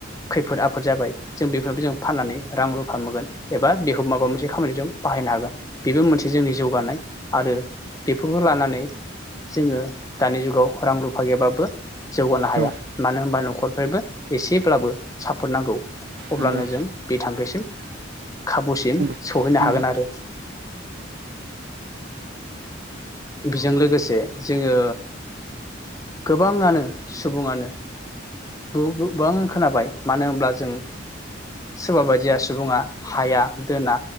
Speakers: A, on the left (about 20°); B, on the right (about 55°).
A: खैफोद आफोद जाबाय जों बेफोर जों फाननानै रां रुफा मोनगोन एबा बेखौ माबा मोनसे खामानि जों बाहायनो हागोन। बेबो मोनसे जोंनि जौगानाय आरो बेफोरखौ लानानै जोङो दानि जुगाव रां रुफा फागैबाबो जौगानो हाया
B: औ
A: मानो होनबा न'खरफ्रायबो एसे ब्लाबो सापद नांगौ अब्लानो
B: नंगौ
A: जों बे थांखिसिम खाबुसिम
B: नंगौ
A: सौहैनो
B: औ
A: हागोन आरो बेजों लोगोसे जोङो गोबाङानो सुबुङानो गोबां खोनाबाय मानो होनब्ला जों सोरबा बायदिया सुबुङा हाया दोना